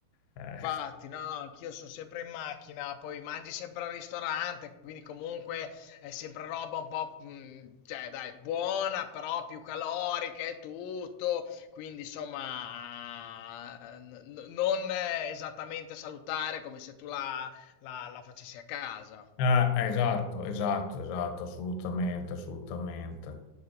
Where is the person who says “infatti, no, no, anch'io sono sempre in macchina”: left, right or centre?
Left